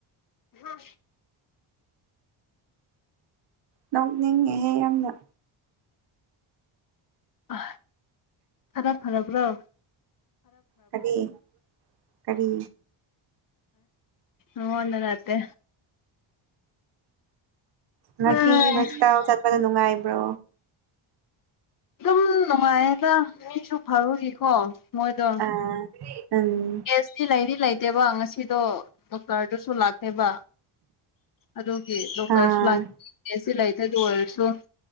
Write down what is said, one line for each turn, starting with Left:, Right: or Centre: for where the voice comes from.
Left: ꯍꯥ
Right: ꯅꯣꯛꯅꯤꯡꯉꯦꯍꯦ ꯌꯥꯝꯅ
Left: ꯑ ꯐꯔꯞ ꯐꯔꯔꯕ꯭ꯔꯣ
Right: ꯀꯔꯤ ꯀꯔꯤ
Left: ꯑꯟꯅꯠꯇꯦ
Right: ꯉꯁꯤ
Left: ꯑꯗꯨꯝ
Right: ꯍꯖꯤꯛꯇꯥꯎ ꯆꯠꯄꯗ ꯅꯨꯡꯉꯥꯏꯕ꯭ꯔꯣ
Left: ꯑꯗꯨꯝ ꯅꯨꯡꯉꯥꯏꯌꯦꯗ ꯃꯤꯁꯨ ꯐꯔꯨꯏꯀꯣ ꯃꯣꯏꯗꯣ
Right: ꯎꯝ
Left: ꯇꯦꯁꯇꯤ ꯂꯩꯗꯤ ꯂꯩꯇꯦꯕ ꯉꯁꯤꯗꯣ ꯗꯣꯛꯇꯔꯗꯨꯁꯨ ꯂꯥꯛꯇꯦꯕ ꯑꯗꯨ ꯗꯣꯛꯇꯔꯁꯨ
Right: ꯑꯥ
Left: ꯁꯤ ꯂꯩꯇꯦ ꯑꯗꯨ ꯑꯣꯏꯔꯁꯨ